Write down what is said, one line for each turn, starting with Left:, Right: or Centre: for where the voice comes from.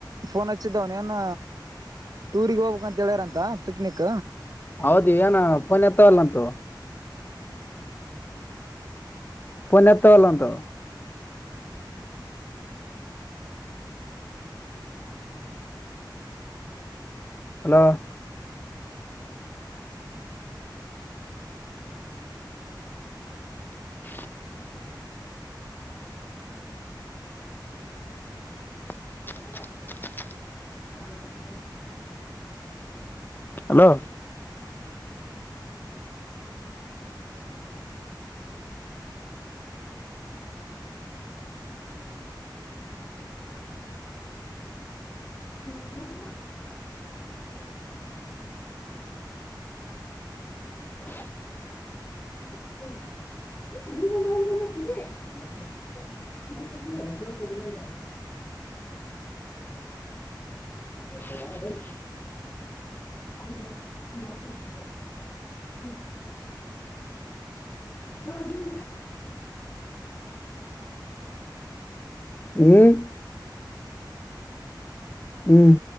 Right: ಫೋನ್ ಹಚ್ಚಿದ ಅವ್ನೆನೆನ. ಟೂರಿಗ್ ಹೋಗ್ಬೇಕ್ ಅಂತ ಹೇಳ್ಯಾರಂತ ಪಿಕ್ನಿಕ.
Left: ಹೌದಿ ಏನ ಪೋನ್ ಎತ್ತವಲ್ಲಂತೂ. ಪುನ್ ಎತ್ತವಲ್ಲಂತೆ ಅವು, ಹಲೋ <inaudible> <unintelligible> ಹಲೋ <inaudible> <inaudible> <unintelligible> <inaudible> <inaudible> ಹ <unintelligible> ಹ್ಮ್ ಹ್ಮ್